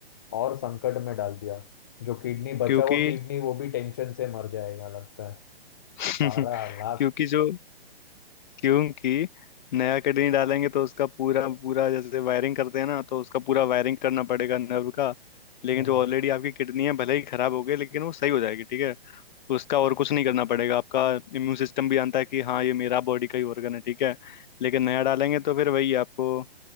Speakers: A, on the left; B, on the left.
A: और संकट में डाल दिया जो किडनी बचा
B: क्योंकि
A: हुआ किडनी वो भी टेंशन से मर जाएगा लगता है
B: <laughs>
A: बारह लाख
B: क्योंकि जो क्योंकि नया किडनी डालेंगे तो उसका पूरा पूरा जैसे वायरिंग करते हैं ना तो उसका पूरा वायरिंग करना पड़ेगा नर्व का लेकिन
A: हाँ,
B: जो ऑलरेडी आपकी किडनी है भले ही खराब हो गई लेकिन वो सही हो जाएगी ठीक है उसका और कुछ नहीं करना पड़ेगा आपका इम्यून सिस्टम भी जानता है कि हाँ ये मेरा बॉडी का ही organ है ठीक है लेकिन नया डालेंगे तो फिर वही आपको